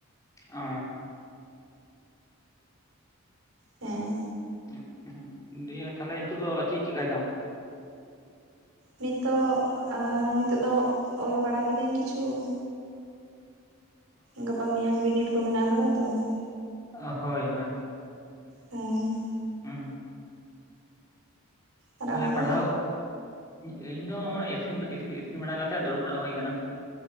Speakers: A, on the left (about 15°); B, on the right (about 75°).
A: ᱚ
B: ᱦᱮᱸ
A: <unintelligible> ᱫᱤᱭᱮ ᱛᱟᱦᱞᱮ ᱱᱤᱛᱚᱜ ᱫᱚ ᱪᱮᱫ ᱪᱮᱠᱟᱭ ᱫᱟᱢ?
B: ᱱᱤᱛᱚᱜ ᱟᱻ ᱱᱤᱛᱚᱜ ᱫᱚ ᱚᱞ ᱵᱟᱲᱟ ᱠᱤᱫᱟᱹᱧ ᱠᱤᱪᱷᱩ ᱾ ᱜᱟᱯᱟ ᱢᱮᱭᱟᱝ ᱵᱤᱱᱤᱰ ᱠᱚ ᱢᱮᱱᱟᱜ ᱟᱠᱟᱫᱟ ᱛᱚ ᱾
A: ᱦᱚᱭ ᱦᱚᱭ ᱾
B: ᱦᱮᱸ
A: ᱦᱩᱸ
B: ᱟᱨ
A: ᱛᱟᱦᱚᱞᱮ
B: ᱟᱢ ᱫᱚ
A: ᱯᱟᱲᱦᱟᱣ <unintelligible> ᱤᱧ ᱫᱚ <unintelligible> ᱤᱥᱤᱱ ᱤᱥᱤᱱ ᱵᱟᱲᱟ ᱠᱟᱛᱮᱜ ᱫᱩᱲᱩᱵ ᱵᱟᱲᱟ ᱦᱩᱭ ᱟᱠᱟᱱᱟ ᱾